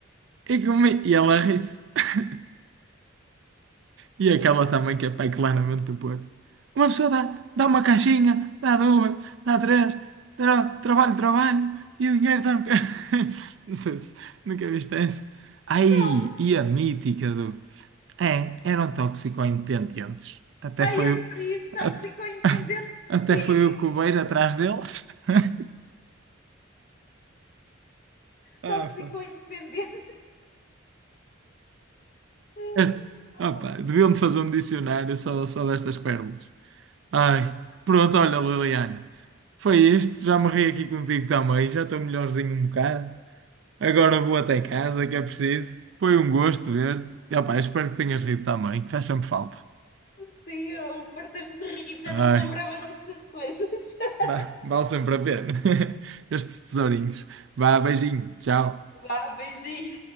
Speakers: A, on the right; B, on the left.
A: E, comi, e ela ri-se. <laughs> E aquela também que é pai claramente do Porto. Uma pessoa dá, dá uma caixinha, dá duas, dá três, tra- trabalho, trabalho, e o dinheiro está. <laughs> Não sei se nunca viste essa. Ai,
B: Então,
A: e a mítica do. É, eram toxico-independentes. Até
B: ai,
A: foi.
B: assim, tóxico
A: Até,
B: independente,
A: <laughs> até
B: sim.
A: foi o Cubeiro atrás deles. <laughs> Ah,
B: Tóxico
A: pá.
B: independente. <laughs>
A: Este-
B: Opa,
A: ah, pá,
B: muito
A: deviam-te fazer um dicionário só, só destas pérolas. Ai, pronto, olha, Liliana. Foi isto, já me ri aqui contigo também, já estou melhorzinho um bocado. Agora vou até casa, que é preciso. Foi um gosto ver-te. E, opá, espero que tenhas rido também, faz sempre falta.
B: Sim, eu fartei-me de rir, já
A: Ai,
B: não me lembrava destas coisas. <laughs>
A: bah, vale sempre a pena. <laughs> Estes tesourinhos. Vá, beijinho, tchau.
B: Vá, beijinho.